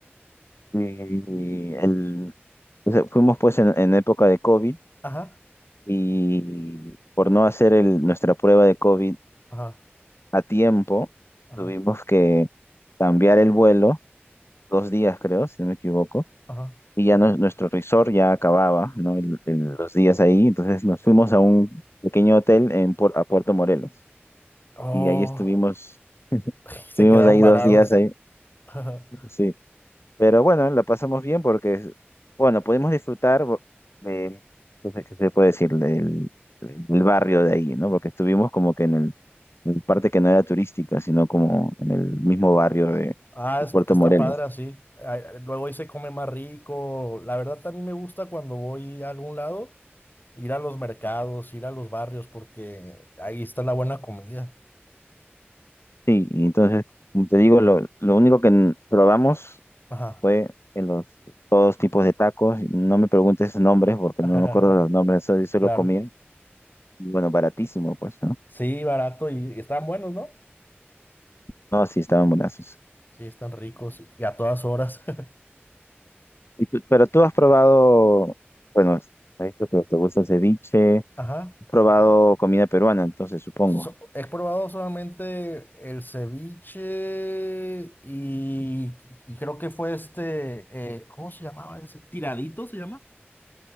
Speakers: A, on the left (about 75°); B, on the left (about 50°).
A: Y, y el, O sea, fuimos pues en, en época de COVID
B: Ajá,
A: y por no hacer el- nuestra prueba de COVID
B: ajá,
A: a tiempo,
B: ajá,
A: tuvimos que cambiar el vuelo, dos días creo, si no me equivoco,
B: ajá.
A: y ya nos- nuestro resort ya acababa, ¿no? El- el- los días ahí, entonces nos fuimos a un pequeño hotel en, Puer- a Puerto Morelos
B: Oh,
A: y ahí estuvimos, <laughs>
B: <laughs> se
A: estuvimos
B: quedaron
A: ahí
B: varados.
A: dos días ahí,
B: <laughs>
A: sí. Pero bueno, la pasamos bien porque, bueno, pudimos disfrutar por- de, no sé ¿qué se puede decir? Del, del barrio de ahí, ¿no? Porque estuvimos como que en el, en parte que no era turística, sino como en el mismo barrio de,
B: Ah,
A: de
B: es-
A: Puerto
B: está
A: Morelos.
B: padre así. Ay, Luego ahí se come más rico. La verdad, también me gusta cuando voy a algún lado, ir a los mercados, ir a los barrios, porque ahí está la buena comida.
A: Sí, y entonces, como te digo, lo, lo único que n- probamos
B: Ajá.
A: fue en los todos tipos de tacos. No me preguntes nombres porque
B: <laughs>
A: no me acuerdo los nombres, solo, solo
B: Claro.
A: comía. Y Bueno, baratísimo, pues, ¿no?
B: Sí, barato y, y están buenos, ¿no?
A: No, sí, estaban buenazos.
B: Sí, están ricos y a todas horas. <laughs>
A: Y tú- pero tú has probado, bueno, has dicho que te gusta el ceviche, has
B: Ajá.
A: probado comida peruana, entonces supongo.
B: So- he probado solamente el ceviche y, y creo que fue este, eh, ¿cómo se llamaba ese? ¿Tiradito se llama?